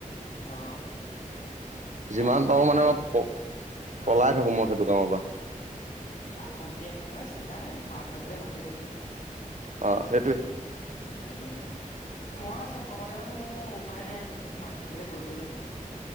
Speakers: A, on the left (about 70°); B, on the right (about 60°).
A: অ মই
B: যিমান
A: চব
B: পাৰো
A: কামতে
B: মানে মই প পলাই
A: অ
B: থাকো মই সেইটো কামৰ পৰা৷
A: এ ভণ্টি আছে নহয় চিন্তা নাই মা নাথাকিলে ভণ্টি ধুই দিব৷
B: অ সেইটোৱে
A: উম, মই চব কামতে মানে মোৰ উপায় নাই যে, মা নাথাকিলে কৰিবই লাগিব৷